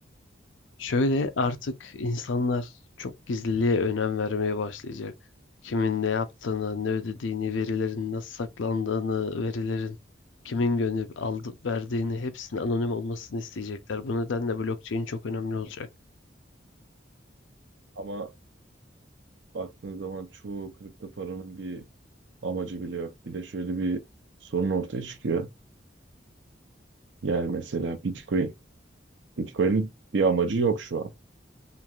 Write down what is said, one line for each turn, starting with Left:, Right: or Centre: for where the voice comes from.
Left: Şöyle artık insanlar çok gizliliğe önem vermeye başlayacak. Kimin ne yaptığını, ne ödediğini, verilerin nasıl saklandığını, verilerin kimin gönderip aldı, verdiğini hepsinin anonim olmasını isteyecekler. Bu nedenle blockchain çok önemli olacak.
Right: ama baktığın zaman çoğu kripto paranın bir amacı bile yok. Bir de şöyle bir sorun ortaya çıkıyor. Yani mesela Bitcoin. Bitcoin'in bir amacı yok şu an.